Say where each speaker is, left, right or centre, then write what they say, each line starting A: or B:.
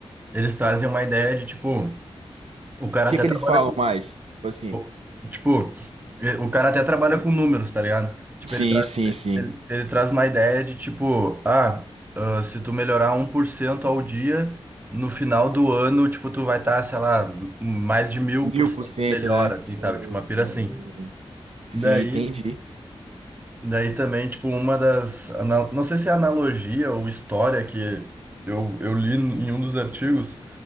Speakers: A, on the right; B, on the right.
A: eles trazem uma ideia de, tipo, O cara
B: O que
A: até
B: que
A: trabalha
B: eles falam mais? Tipo assim.
A: com, tipo, e- o cara até trabalha com números, tá ligado? Tipo,
B: Sim,
A: ele, tra
B: sim, sim.
A: ele, ele traz uma ideia de tipo, ah, ah, se tu melhorar um por cento ao dia, no final do ano, tipo, tu vai estar, sei lá, m- mais de mil
B: Mil
A: por cento
B: por cento,
A: melhor,
B: né?
A: assim,
B: Sim,
A: sabe? Tipo, uma
B: sim,
A: pira assim.
B: sim. Sim,
A: Daí,
B: entendi.
A: daí também, tipo, uma das, ana- não sei se é analogia ou história que
B: Sim,
A: eu, eu li em um dos artigos,